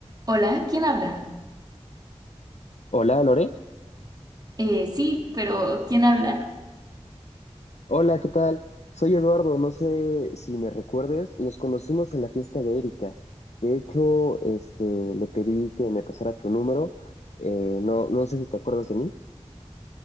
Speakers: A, on the right; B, on the left.
A: Hola, ¿quién habla?
B: Hola, Lore.
A: Eh, sí, pero ¿quién habla?
B: Hola, ¿qué tal? Soy Eduardo. No sé si me recuerdes. Nos conocimos en la fiesta de Erika. De hecho, este, le pedí que me pasara tu número. Eh, no, no sé si te acuerdas de mí.